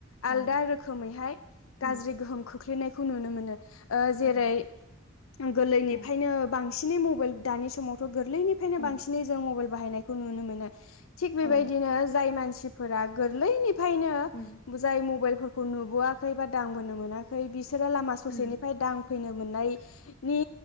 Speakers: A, on the left; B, on the left.
A: आलदा
B: औ
A: रोखोमैहाय
B: उम
A: गाज्रि गोहोम खोख्लैनायखौ नुनो मोनो। ओ जेरै
B: औ
A: गोरलैनिफ्रायनो
B: उम
A: बांसिनै मबाइल दानि समावथ' गोरलैनि फ्रायनो
B: औ
A: बांसिनै जों मबाइल बाहायनायखौ नुनो मोनो थिग बेबायदिनो
B: औ
A: जाय मानसिफोरा गोरलैनिफ्रायनो
B: उम
A: जाय मबाइलफोरखौ नुबोआखै बा दांबोनो मोनाखै बिसोरो लामा ससेनिफ्राय
B: उम
A: दां फैनो मोननायनि